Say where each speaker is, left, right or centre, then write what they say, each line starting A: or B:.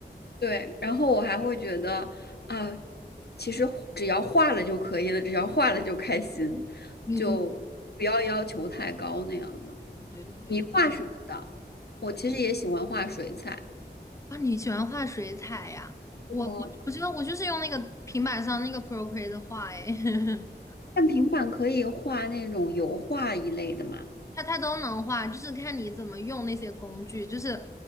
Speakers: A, on the left; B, on the left.
A: 对。然后我还会觉得啊，其实只要画了就可以了，只要画了就开心，
B: 对对
A: 就不要要求太高那样的。
B: 对对对，
A: 你画什么的？我其实也喜欢画水彩。
B: 啊，你喜欢画水彩呀？我我我觉得我就是用那个平板上那个
A: 我
B: Procreate 画哎。<laughs>
A: 看平板可以画那种油画一类的嘛？
B: 它它都能画，就是看你怎么用那些工具。就是